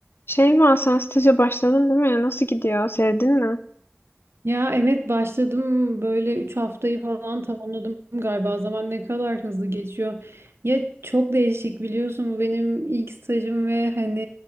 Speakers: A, on the left; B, on the right.
A: Şeyma sen staja başladın değil mi? Nasıl gidiyor? Sevdin mi?
B: Ya evet başladım böyle 3 haftayı falan tamamladım galiba. Zaman ne kadar hızlı geçiyor. Ya çok değişik biliyorsun bu benim ilk stajım ve hani